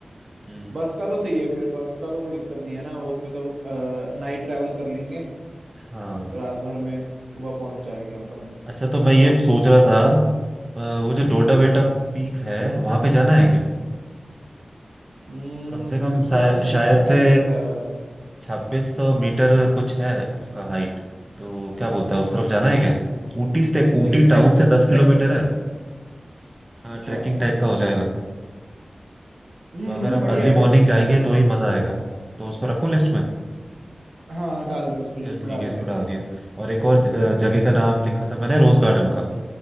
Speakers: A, on the right; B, on the right.
A: हम्म
B: बस का तो सही है फिर बस का तो कोई दिक्कत नहीं है ना उसमें तो हम नाइट ट्रैवल कर लेंगे
A: हाँ
B: रात भर में सुबह पहुंच जाएंगे अपन
A: अच्छा तो मैं ये सोच रहा था अ, वो जो डोडा बेटा पीक है वहां पे जाना है क्या
B: हम्म
A: कम से कम
B: कितना
A: शाय-
B: कितना
A: शायद से
B: टाइम लगता है
A: छब्बीस सौ मीटर कुछ है उसका हाइट तो क्या बोलता है उस तरफ जाना है क्या ऊटी से
B: अच्छा, मतलब
A: ऊटी
B: कि ट्रैक
A: टाउन से दस
B: ट्रैक
A: किलोमीटर है हाँ
B: अच्छा
A: ट्रैकिंग टाइप का हो जाएगा
B: हम्म
A: तो अगर हम
B: बढ़िया
A: अर्ली
B: है चल
A: मॉर्निंग
B: सकते
A: जाएंगे
B: हैं चल
A: तो ही मजा आएगा फिर वहाँ पे तो उसको रखूं लिस्ट में
B: हाँ डाल दे उसको लिस्ट
A: चल ठीक
B: में डाल
A: है इसको
B: दे
A: डाल दिया और एक और ज- अ, जगह का नाम लिखा था मैंने रोज गार्डन का